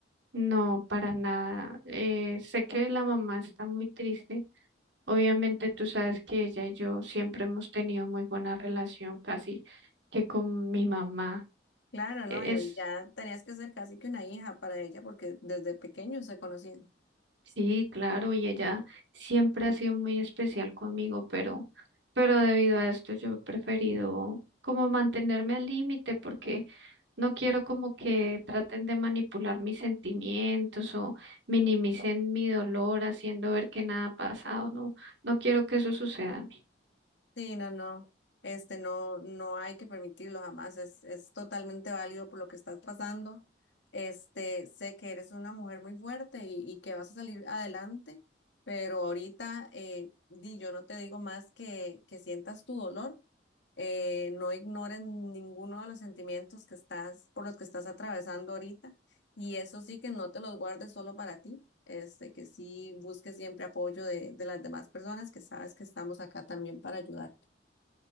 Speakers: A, on the right (about 75°); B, on the left (about 75°).
A: No, para nada. Eh, sé que la mamá está muy triste. Obviamente tú sabes que ella y yo siempre hemos tenido muy buena relación, casi que con mi mamá.
B: Claro,
A: E-
B: ¿no? Y
A: Es
B: ya tenías que ser casi que una hija para ella porque desde pequeños se conocían.
A: Sí, claro, y ella siempre ha sido muy especial conmigo, pero, pero debido a esto yo he preferido como mantenerme al límite porque no quiero como que traten de manipular mis sentimientos o minimicen mi dolor haciendo ver que nada ha pasado, no, no quiero que eso suceda a mí.
B: Sí, no, no, este no, no hay que permitirlo jamás, es, es totalmente válido por lo que estás pasando. Este, sé que eres una mujer muy fuerte y, y que vas a salir adelante, pero ahorita eh, di, yo no te digo más que, que sientas tu dolor, eh, no ignores ninguno de los sentimientos que estás, por los que estás atravesando ahorita, y eso sí que no te los guardes solo para ti. Este, que sí busques siempre apoyo de, de las demás personas que sabes que estamos acá también para ayudar.